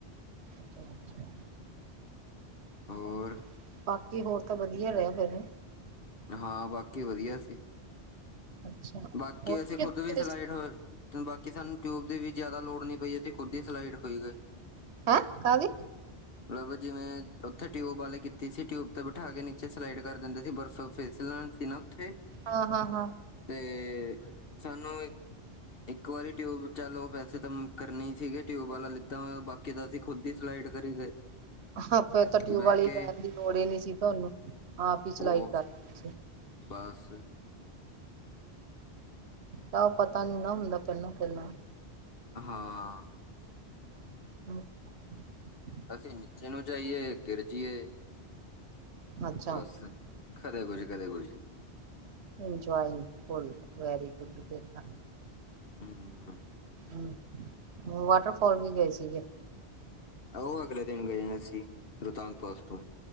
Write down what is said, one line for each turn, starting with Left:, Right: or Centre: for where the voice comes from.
Right: ਅੱਛਾ ਅੱਛਾ।
Left: ਹੋਰ
Right: ਚਲੋ, ਹੋਰ ਕੀ ਹੋਰ ਤਾਂ ਵਧੀਆ ਰੇ ਗੱਲ ਕਰਨੀ।
Left: ਹਾਂ ਬਾਕੀ ਵਧੀਆ ਸੀ।
Right: ਅੱਛਾ
Left: ਬਾਕੀ
Right: ਹੋਰ
Left: ਅਸੀਂ ਖੁੱਦ
Right: ਹੈਂ
Left: ਵੀ ਸਲਾਈਟ ਹੋਰ ਬਾਕੀ ਸਾਨੂੰ ਟਿਊਬ ਦੀ ਵੀ ਜ਼ਿਆਦਾ ਲੋੜ ਨੀ ਪਈ। ਅਸੀਂ ਖੁਦ ਹੀ ਸਲਾਈਡ ਹੋਈ ਗਏ।
Right: ਹੈਂ ਕਾ ਦੀ,
Left: ਮਤਲਬ ਜਿਵੇਂ ਉੱਥੇ ਟਿਊਬ ਵਾਲੇ ਕਿੱਤੀ। ਕਿਸੀ ਟਿਊਬ ਤੇ ਬਿਠਾ ਕੇ ਨੀਚੇ ਸਲਾਈਡ ਕਰ ਦਿੰਦੇ ਸੀ। ਦਰਹਸਲ ਫਿਸਲਣ ਸੀ ਨਾ ਉੱਥੇ
Right: ਹਾਂ ਹਾਂ ਹਾ।
Left: ਤੇ, ਸਾਨੂੰ ਇੱਕ ਵਾਰੀ ਟਿਊਬ ਚਾਲੂ ਵੈਸੇ ਤਾਂ ਕਰਨੀ ਸੀਗੇ, ਟਿਊਬ ਵਾਲਾ ਲਿੱਤਾ। ਬਾਕੀ ਤਾਂ ਅਸੀਂ ਖੁਦ ਹੀ ਸਲਾਈਡ ਕਰੀ ਗਏ।
Right: ਹਾ ਤਾਂ ਫੇਰ ਟਿਊਬ
Left: ਬਹਿ
Right: ਵਾਲੀ
Left: ਕੇ
Right: ਲੈਣ ਦੀ ਲੋੜ ਨੀ ਸੀ। ਤੁਹਾਨੂੰ ਆਪ ਹੀ ਸਲਾਈਡ
Left: ਉਹ
Right: ਕਰ ਸੀ
Left: ਬਸ।
Right: ਤਾਂ ਪਤਾ ਨੀ ਨਾ ਹੁੰਦਾ। ਪਹਿਲਾਂ -ਪਹਿਲਾਂ
Left: ਹਾਂ।
Right: <unintelligible>
Left: ਅਸੀਂ ਨੀਚੇ ਨੂੰ ਜਾਈਏ। ਗਿਰਜੀ ਏ,
Right: ਅੱਛਾ
Left: ਬਸ ਕਦੇ ਕੁਝ, ਕਦੇ ਕੁਝ।
Right: ਇੰਜੋਏ ਫੁਲ ਵੈਰੀ ਗੁੱਡ ਫੇਰ ਤਾ।
Left: ਹੂੰ ਹੂੰ।
Right: ਹੂੰ, ਵਾਟਰਫਾਲ ਵੀ ਗਏ ਸੀਗੇ।
Left: ਉਹ ਅਗਲੇ ਦਿਨ ਗਏ ਅਸੀਂ। ਰੂਤਾਂਗ ਪਾਸ ਤੋਂ,